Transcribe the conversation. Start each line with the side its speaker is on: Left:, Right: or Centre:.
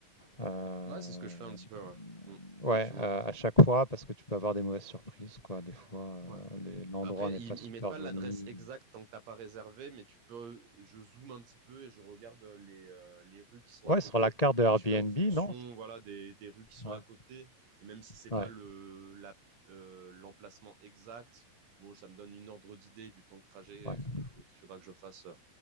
Left: euh,
Right: Ouais, c'est ce que je fais un petit peu, ouais. Mm,
Left: ouais,
Right: effectivement.
Left: euh, à chaque fois, parce que tu peux avoir des mauvaises surprises, quoi. Des fois, euh,
Right: Ouais.
Left: les- l'endroit
Right: Après,
Left: n'est
Right: ils,
Left: pas super
Right: ils mettent pas
Left: joli.
Right: l'adresse exacte tant que t'as pas réservé, mais tu peux, je zoome un petit peu et je regarde euh, les, euh, les rues qui sont
Left: Ouais,
Right: à côté
Left: sur la carte de Airbnb,
Right: et je fais en fonction,
Left: non?
Right: voilà, des, des rues qui sont
Left: Ouais,
Right: à côté. Et même si c'est
Left: ouais,
Right: pas le, la, euh, l'emplacement exact, bon, ça me donne une ordre d'idée du temps de trajet
Left: ouais.
Right: qu'il me faut- qu'il faudra que je fasse euh,